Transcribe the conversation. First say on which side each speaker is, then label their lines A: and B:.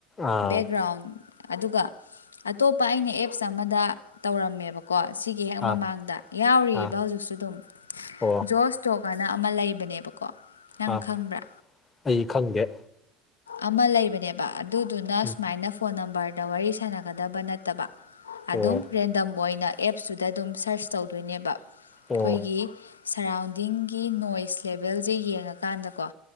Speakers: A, on the left; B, on the left.
A: ꯑꯥ
B: ꯕꯦꯛꯒ꯭ꯔꯥꯎꯟ ꯑꯗꯨꯒ ꯑꯇꯣꯞꯄ ꯑꯩꯅ ꯑꯦꯞꯁ ꯑꯃꯗ ꯇꯧꯔꯝꯃꯦꯕꯀꯣ ꯁꯤꯒꯤ ꯍꯦꯛ ꯃꯃꯥꯡꯗ
A: ꯑꯥ
B: ꯌꯥꯎꯔꯤꯕ
A: ꯑꯥ
B: ꯍꯧꯖꯤꯛꯁꯨ ꯗꯨꯝ
A: ꯑꯣ
B: ꯖꯣꯁꯇꯣꯛ ꯍꯥꯏꯅ ꯑꯃ ꯂꯩꯕꯅꯦꯕꯀꯣ ꯅꯪ
A: ꯑꯥ
B: ꯈꯪꯕ꯭ꯔꯥ
A: ꯑꯩ ꯈꯪꯗꯦ
B: ꯑꯃ ꯂꯩꯕꯅꯦꯕ ꯑꯗꯨꯗꯨꯅ
A: ꯎꯝ
B: ꯁꯨꯃꯥꯏꯅ ꯐꯣꯟ ꯅꯝꯕꯔꯗ ꯋꯥꯔꯤ ꯁꯥꯟꯅꯒꯗꯕ ꯅꯠꯇꯕ ꯑꯗꯨꯝ
A: ꯑꯣ
B: ꯔꯦꯟꯗꯝ ꯑꯣꯏꯅ ꯑꯦꯞꯁꯇꯨꯗ ꯑꯗꯨꯝ ꯁꯔꯁ ꯇꯧꯗꯣꯏꯅꯦꯕ ꯑꯩꯈꯣꯏꯒꯤ
A: ꯑꯣ
B: ꯁꯔꯥꯎꯟꯗꯤꯡꯒꯤ ꯅꯣꯏꯁ ꯂꯦꯕꯦꯜꯖꯦ ꯌꯦꯡꯉꯀꯥꯟꯗꯀꯣ